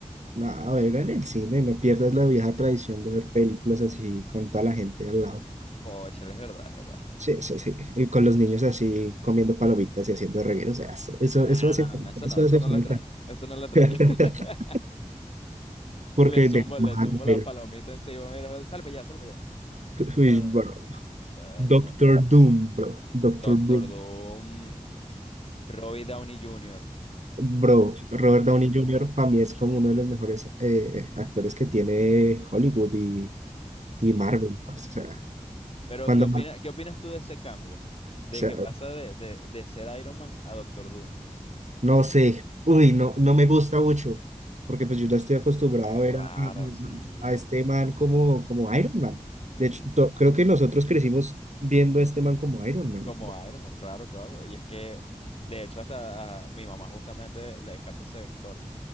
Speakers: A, on the right; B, on the left.
A: Nada, a ver, en el cine, no pierdas la vieja tradición de ver películas así con toda la gente al lado.
B: Cóchale, es verdad, es verdad.
A: Sí, eso sí, y con los niños así comiendo palomitas y haciendo regueros, o sea, eso, eso,
B: Ah,
A: eso hace
B: no, no,
A: falta,
B: no, eso
A: eso
B: no, eso
A: hace
B: no
A: falta.
B: lo extraño. Eso no lo extraño.
A: <laughs>
B: <laughs>
A: Porque
B: Le zumbo,
A: de Marvel,
B: le zumbo la palomita encima. Mira, salve ya, salve ya.
A: uy,
B: No,
A: bro.
B: no, no,
A: Doctor
B: no, no. no.
A: Doom, bro. Doctor
B: Doctor
A: Bro.
B: Doom, Robbie Downey Jr.
A: Bro, Robert Downey Jr. para mí es como uno de los mejores eh, actores que tiene Hollywood y,
B: Sí.
A: y Marvel. parce, O sea,
B: Pero,
A: cuando
B: ¿qué opina,
A: más, o
B: qué opinas tú de ese cambio? De
A: sea,
B: que pasa de, de, de ser Iron Man a Doctor Doom.
A: no sé, uy, no, no me gusta mucho, porque pues yo ya estoy acostumbrado
B: Qué
A: a ver
B: raro,
A: a, a-
B: sí.
A: a este man como, como Iron Man.
B: Sí.
A: De hecho, to- creo que nosotros crecimos viendo a este man como Iron Man.
B: Como Iron Man, claro, claro. Y es que, de hecho, hasta a mi mamá justamente le encanta ese actor.